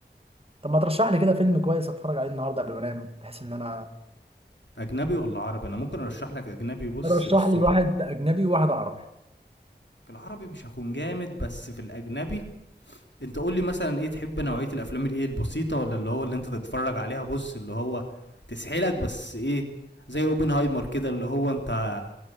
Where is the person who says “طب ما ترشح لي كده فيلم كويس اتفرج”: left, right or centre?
Right